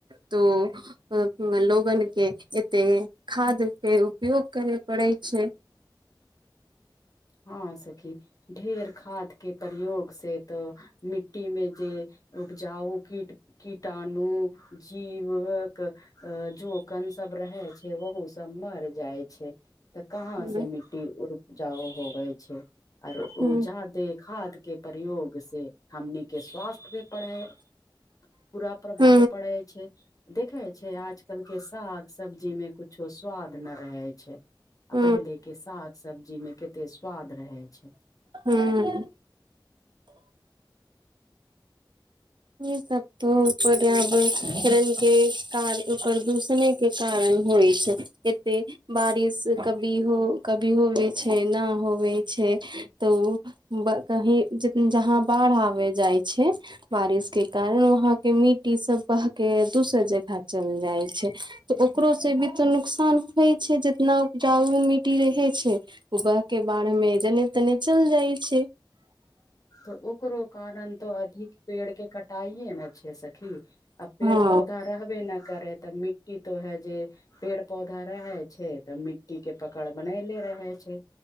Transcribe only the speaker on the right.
तो लोगन के एते खाद के उपयोग करै पड़ै छै।
ह
ह
ह
ह
हूँ ई सब तो पर्यबरन कार इ परदूषणे के कारण होइ छै। एते बारिश कबी कभी हो कभी होवे छै न होवे छै तऽ उ ब कही ज अ जहाँ बाढ़ आबे जाइ छै। बारिस के कारण वहां के मिट्टी सब बह के दुसह जगह चल जाय छै। तऽ ओकरोसे बी तऽ नुकसान होइत छै जितना उपजाऊ मिट्टी रहै छै। उगह के बाढ़ मे जने तने चल जाइ छै।
हँ